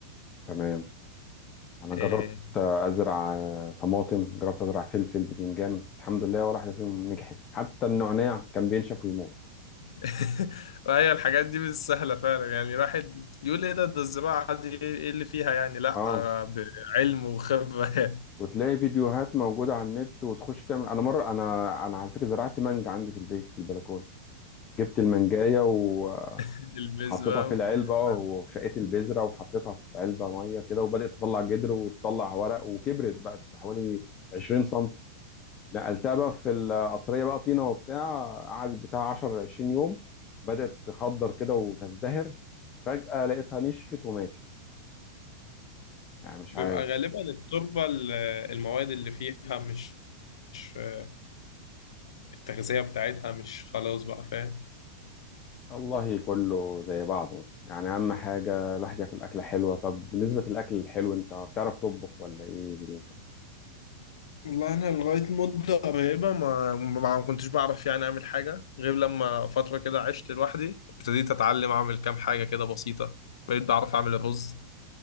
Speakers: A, on the left; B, on the left.
A: تمام أنا
B: آه،
A: جربت أزرع آه، طماطم جربت أزرع فلفل بتنجان الحمد لله ولا واحدة فيهم نجحت حتى النعناع كان بينشف ويموت
B: <laughs> وهي الحاجات دي مش سهلة فعلا يعني الواحد يقول ايه ده ده الزراعة دي ايه اللي فيها يعني لا
A: اه
B: بعلم وخبرة
A: وتلاقي فيديوهات موجودة على النت وتخش تعمل أنا مرة أنا أنا على فكرة زرعت مانجا عندي في البيت في البلكونة جبت المانجاية و...
B: <laughs> البذرة
A: وحطيتها في
B: وفتحناها.
A: العلبة وشقيت البذرة وحطيتها في علبة مية كده وبدأت تطلع جدر وتطلع ورق وكبرت بقت حوالي 20 سنتي نقلتها بقى في القصرية بقى طينة وبتاع قعدت بتاع 10 ل 20 يوم بدأت تخضر كده وتزدهر فجأة لقيتها نشفت وماتت يعني مش
B: بيبقى
A: عارف
B: غالبا التربة ال- المواد اللي فيها مش مش، آه، التغذية بتاعتها مش خلاص بقى فاهم
A: والله كله زي بعضه يعني أهم حاجة الواحد ياكل أكلة حلوة طب بالنسبة للأكل الحلو أنت بتعرف تطبخ ولا إيه ظروفك؟
B: والله انا لغايه مده قريبه ما ما كنتش بعرف يعني اعمل حاجه غير لما فتره كده عشت لوحدي ابتديت اتعلم اعمل كام حاجه كده بسيطه بقيت بعرف اعمل الرز